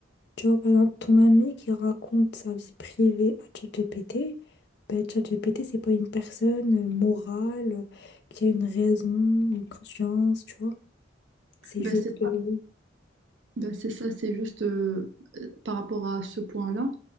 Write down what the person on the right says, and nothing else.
Ben,
c'est
Ben, c'est ça, c'est juste euh, euh, par rapport à ce point-là,